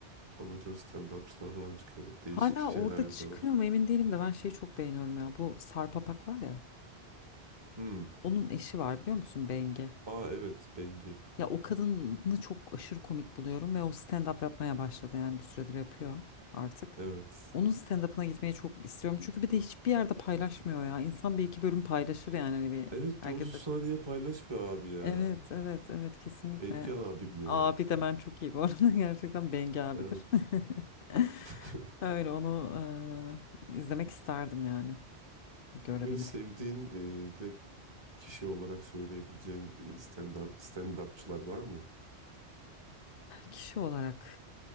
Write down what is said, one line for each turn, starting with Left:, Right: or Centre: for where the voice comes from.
Right: amatör stand-upçılar falan çıkıyor. Böyle değişik
Left: Hala
Right: şeyler
Left: orada
Right: yapıyorlar.
Left: çıkıyor mu emin değilim de ben şeyi çok beğeniyorum ya. Bu Sarp Apak var ya.
Right: Hmm.
Left: Onun eşi var biliyor musun Bengi?
Right: Aa evet Bengi.
Left: Ya o kadını çok aşırı komik buluyorum ve o stand-up yapmaya başladı yani bir süredir yapıyor artık.
Right: Evet.
Left: Onun stand-up'ına gitmeyi çok istiyorum. Çünkü bir de hiçbir yerde paylaşmıyor ya. İnsan bir iki bölüm paylaşır yani hani bir
Right: Evet
Left: herkese.
Right: bir 30 saniye paylaş be abi ya.
Left: Evet, evet, evet kesinlikle.
Right: Bengi abim ya.
Left: Abi de ben çok iyi bu arada. <laughs> Gerçekten Bengi abidir.
Right: Evet.
Left: <laughs>
Right: <laughs>
Left: Öyle onu eee, izlemek isterdim yani. Bir görebilmek.
Right: Böyle sevdiğin e, direkt kişi olarak söyleyebileceğin e, stand up, stand-upçılar var mı?
Left: Kişi olarak